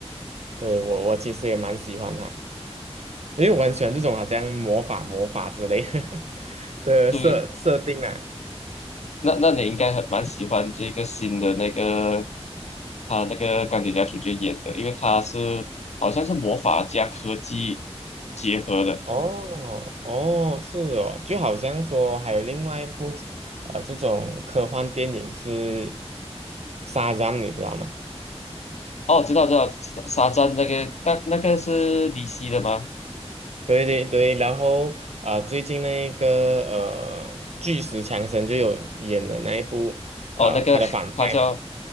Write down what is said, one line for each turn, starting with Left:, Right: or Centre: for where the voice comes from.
Right: 对，我我其实也蛮喜欢他。因为我很喜欢这种好像魔法魔法之类 <laughs> 的设设定啊！
Left: 对。那那你应该很蛮喜欢这个新的那个他那个钢铁侠主角演的，因为他是好像是魔法加科技结合的。
Right: 哦哦，是哦，就好像说还有另外一部呃这种科幻电影是《沙赞》，你知道吗？
Left: 哦，知道知道，沙沙赞那个，但那个是 DC 的吗？
Right: 对对对，然后呃最近那个呃巨石强森就有演的那一部呃他的反派嘛。
Left: 哦，那个他叫，